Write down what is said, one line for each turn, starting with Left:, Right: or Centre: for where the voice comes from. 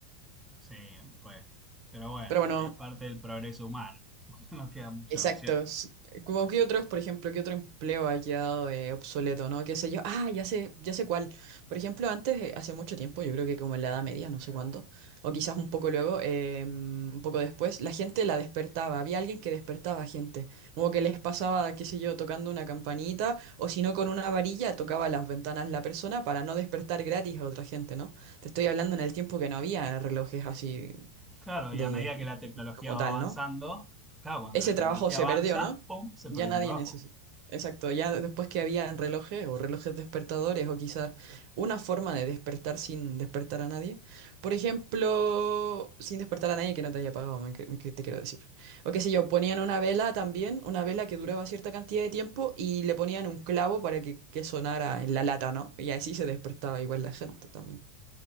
Centre: Sí, pues, pero bueno,
Right: Pero bueno,
Centre: es parte del progreso humano, <laughs> no quedan muchas
Right: Exacto.
Centre: opciones.
Right: s- Como que otros, por ejemplo, qué otro empleo ha quedado eh, obsoleto, ¿no? Qué sé yo. Ah, ya sé, ya sé cuál. Por ejemplo, antes, eh, hace mucho tiempo, yo creo que como en la Edad Media, no sé cuándo, o quizás un poco luego, eh, un poco después, la gente la despertaba. Había alguien que despertaba a gente. Como que les pasaba, qué sé yo, tocando una campanita, o si no, con una varilla tocaba las ventanas la persona para no despertar gratis a otra gente, ¿no? Te estoy hablando en el tiempo que no había relojes así
Centre: Claro,
Right: de
Centre: y a medida que la tecnología
Right: como
Centre: va
Right: tal,
Centre: avanzando,
Right: ¿no?
Centre: claro, cuando
Right: Ese
Centre: la tecnología
Right: trabajo se
Centre: avanza,
Right: perdió, ¿no?
Centre: ¡pum!, se
Right: Ya
Centre: perdió
Right: nadie
Centre: ese trabajo.
Right: necesita. Exacto, ya después que había relojes o relojes despertadores o quizás una forma de despertar sin despertar a nadie. Por ejemplo, sin despertar a nadie que no te haya pagado, me, que- me que- te quiero decir. O qué sé yo, ponían una vela también, una vela que duraba cierta cantidad de tiempo y le ponían un clavo para que, que sonara en la lata, ¿no? Y así se despertaba igual la gente también.